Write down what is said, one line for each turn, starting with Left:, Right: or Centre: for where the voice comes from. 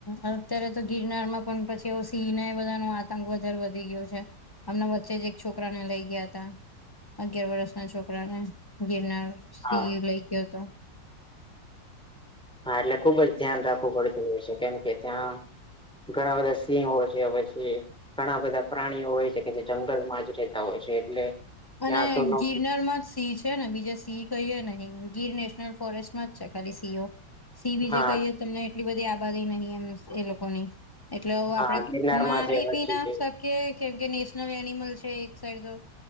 Left: અત્યારે તો ગિરનાર માં પણ પછી એવું સિંહ એ બધા નો આતંક વધારે વધી ગયો છે હમણા વચ્ચે જ એક છોકરાને લઇ ગયા હતા અગિયાર વર્ષ ના છોકરાને ગીરનાર સિંહ
Centre: હા
Left: લઇ ગયો હતો
Centre: હા એટલે ખુબ જ ધ્યાન રાખવું પડતું હોય છે કેમ કે ત્યાં ઘણા બધા સિંહો છે પછી ઘણા બધા પ્રાણીઓ હોય છે કે જે જંગલ માં જ રહેતા હોય છે એટલે
Left: અને
Centre: ત્યાં તો લોકો
Left: ગિરનર માં જ સિંહ છે ને બીજે સિંહ કહીએ ને ગીર નેશનલ ફોરેસ્ટ માં જ છે ખાલી સિંહઓ સિંહ બીજે
Centre: હા
Left: કહીએ તમને એટલી બધી આબાદી નહી એમ એ લોકોની એટલે
Centre: હા
Left: આપડે
Centre: ગિરનારમાં
Left: મારી
Centre: છે પછી
Left: બીના શ કીયે કેમ કે નેશનલ એનિમલ છે એક સાઈડ તો